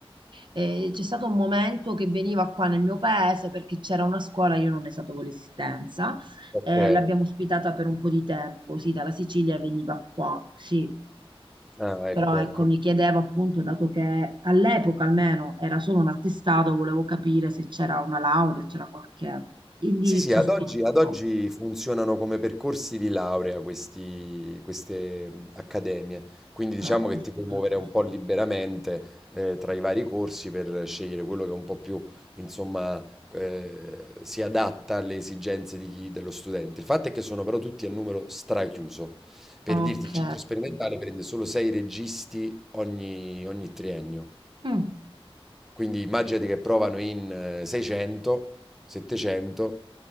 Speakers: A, on the right; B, in the centre.
A: eh, c'è stato un momento che veniva qua nel mio paese perché c'era una scuola, io non ne sapevo l'esistenza,
B: Ok,
A: e l'abbiamo ospitata per un po' di tempo. Sì, dalla Sicilia veniva qua, sì.
B: ah,
A: Però
B: ecco,
A: ecco,
B: ecco.
A: mi chiedevo appunto, dato che all'epoca almeno era solo un attestato, volevo capire se c'era una laurea, c'era qualche indirizzo
B: Sì, sì, ad
A: specifico.
B: oggi, ad oggi funzionano come percorsi di laurea questi- queste mh, accademie, quindi diciamo
A: Mm,
B: che
A: mm,
B: ti puoi
A: mm,
B: muovere un
A: mm.
B: po' liberamente eh, tra i vari corsi per scegliere quello che un po' più, insomma, eh, si adatta alle esigenze di chi- dello studente. Il fatto è che sono però tutti a numero strachiuso. Per
A: Ok.
B: dirti, il centro sperimentale prende solo sei registi ogni ogni triennio.
A: Mm.
B: Quindi immaginati che provano in eh, 600, 700,